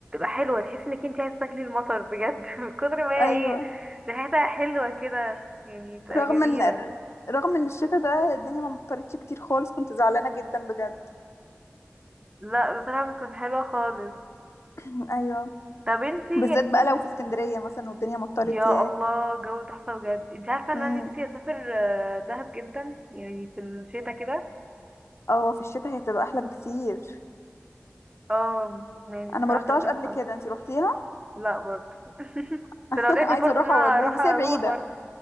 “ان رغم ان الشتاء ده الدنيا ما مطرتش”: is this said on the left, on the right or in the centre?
Left